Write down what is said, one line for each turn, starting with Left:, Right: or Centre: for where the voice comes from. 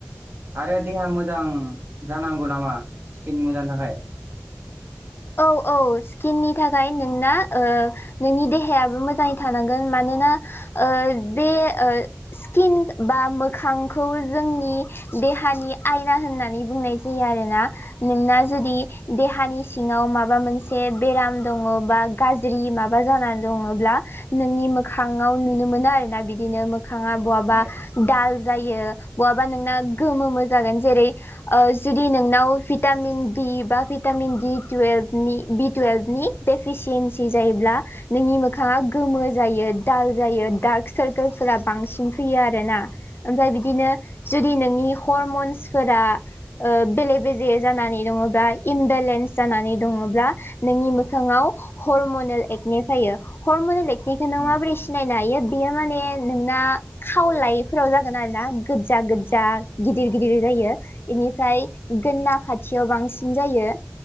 Right: आरो देहा मोजां जानांगौ नामा स्किन मोजांनि थाखाय
Left: औ औ स्किननि थाखाय नोंना ओ नोंनि देहायाबो मोजाङै थानांगोन मानोना ओ बे ओ स्किन बा मोखांखौ जोंनि देहानि आयना होननानै बुंनाय जायो आरोना नोंना जुदि देहानि सिङाव माबा मोनसे बेराम दङ बा गाज्रि माबा जानानै दङब्ला नोंनि मोखाङाव नुनो मोनो आरो ना बिदिनो मोखाङा बहाबा
Right: ए
Left: दाल जायो बहाबा नोंना गोमो मो जागोन जेरै ओ जुदि नोंनाव भिटामिन डि बा भिटामिन दि टुयेल्भ नि बि टुयेल्भनि डेफिसियन्सि जायोब्ला नोंनि मोखाङा गोमो जायो दाल जायो डार्क सारकोलफोरा बांसिन फैयो आरोना ओमफ्राय बिदिनो जुदि नोंनि हरमन्सफोरा ओ बेले बेजे जानानै दङोबा इमबेलेन्स जानानै दङब्ला नोंनि मोखाङाव हरमनेल एकनि फायो हरमनेल ए बेखौ नों
Right: ओ
Left: माबोरै सिनायनो हायो? बेयो माने नोंना खावलायफोराव जागोन आरो ना गोजा गोजा गिदिर गिदिर जायो बेनिफ्राय गोना खाथियाव बांसिन जायो